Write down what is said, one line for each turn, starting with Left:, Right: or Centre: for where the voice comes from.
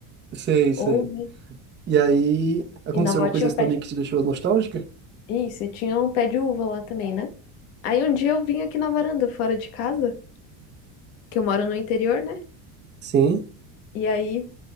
Right: Sei, sei.
Left: ouve.
Right: E aí, aconteceu
Left: E na avó
Right: alguma
Left: tinha
Right: coisa assim
Left: um pé
Right: também
Left: de...
Right: que te deixou nostálgica?
Left: Isso, e tinha um pé de uva lá também, né? Aí um dia eu vim aqui na varanda, fora de casa. que eu moro no interior, né?
Right: Sim.
Left: E aí